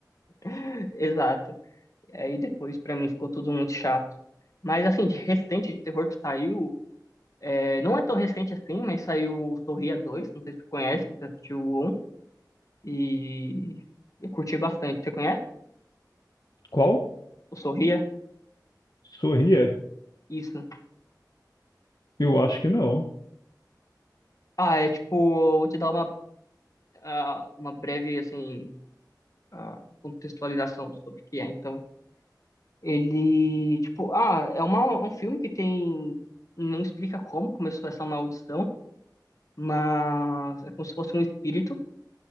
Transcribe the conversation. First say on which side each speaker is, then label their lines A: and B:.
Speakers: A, on the left; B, on the left.
A: <laughs> exato. E aí depois pra mim ficou tudo muito chato. Mas assim, de recente de terror que saiu, é, não é tão recente assim, mas saiu o Sorria 2, não sei se você conhece, você assistiu E eu curti bastante. Você conhece?
B: Qual?
A: O Sorria?
B: Sorria?
A: Isso.
B: Eu acho que não.
A: Ah, é tipo, eu vou te dar uma, ah, uma breve, assim, ah, contextualização sobre o que é, então. Ele, tipo, ah, é uma, é um filme que tem. Não explica como começou essa maldição, mas é como se fosse um espírito